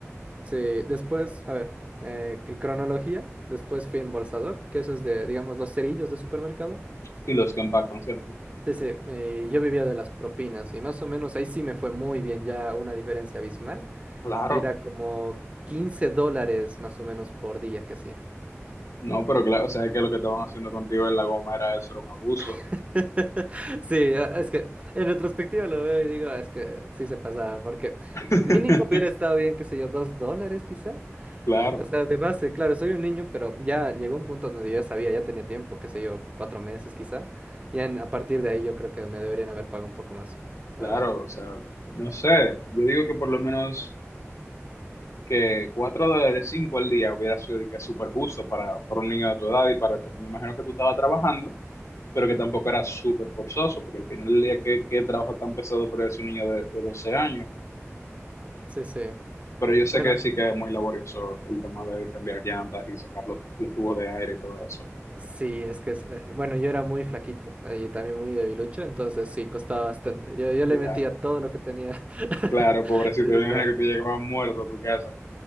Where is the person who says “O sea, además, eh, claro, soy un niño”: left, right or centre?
Right